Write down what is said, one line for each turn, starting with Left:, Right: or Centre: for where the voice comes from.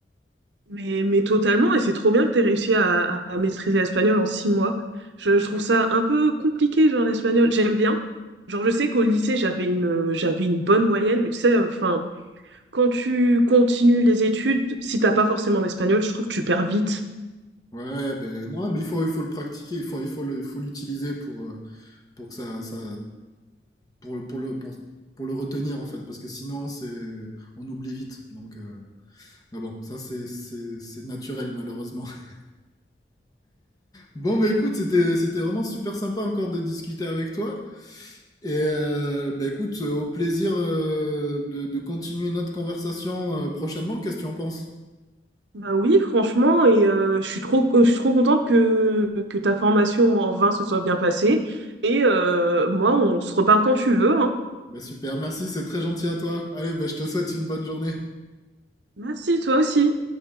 Right: Mais, mais totalement, et c'est trop bien que tu aies réussi à, à maîtriser l'espagnol en six mois. Je, je trouve ça un peu compliqué, genre l'espagnol. J'aime bien. Genre, je sais qu'au lycée, j'avais une, euh, j'avais une bonne moyenne, mais tu sais, enfin, quand tu continues les études, si t'as pas forcément l'espagnol, je trouve que tu perds vite.
Left: Ouais, ben non, mais il faut, il faut le pratiquer, il faut, il faut le, il faut l'utiliser pour, euh, pour que ça, ça pour le, pour le, pour, pour le retenir en fait, parce que sinon c'est, on oublie vite. Donc, euh, mais bon, ça c'est, c'est, c'est naturel malheureusement. <laughs> Bon, mais écoute, c'était, c'était vraiment super sympa encore de discuter avec toi. Et euh, bah, écoute, au plaisir euh, de, de continuer notre conversation euh, prochainement. Qu'est-ce que tu en penses?
Right: Bah oui, franchement, et euh, je suis trop, je suis trop contente que, que ta formation en vin se soit bien passée. Et euh, moi, on se reparle quand tu veux, hein.
Left: Bah, super, merci, c'est très gentil à toi. Allez, bah, je te souhaite une bonne journée.
Right: Merci, toi aussi.